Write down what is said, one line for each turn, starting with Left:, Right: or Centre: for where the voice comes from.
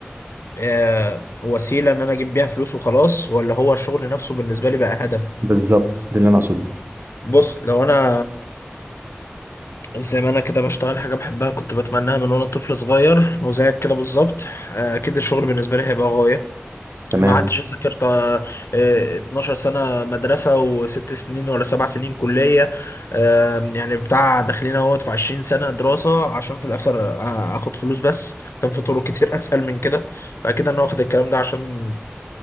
Left: آه وسيله ان انا اجيب بيها فلوس وخلاص ولا هو الشغل نفسه بالنسبه لي بقى هدف
Right: بالظبط ده اللي انا اقصده
Left: بص لو انا زي ما انا كده بشتغل حاجه بحبها كنت بتمناها من وانا طفل صغير وزيك كده بالظبط آه، اكيد الشغل بالنسبه لي هيبقى غايه
Right: تمام
Left: ما عدتش ذاكرت آه، 12 سنة مدرسة وست سنين ولا سبع سنين كلية آم، يعني بتاع داخلين اهوت في 20 سنة دراسة عشان في الآخر آ- آخد فلوس بس كان في طرق كتير <laughs> أسهل من كده فأكيد أنا واخد الكلام ده عشان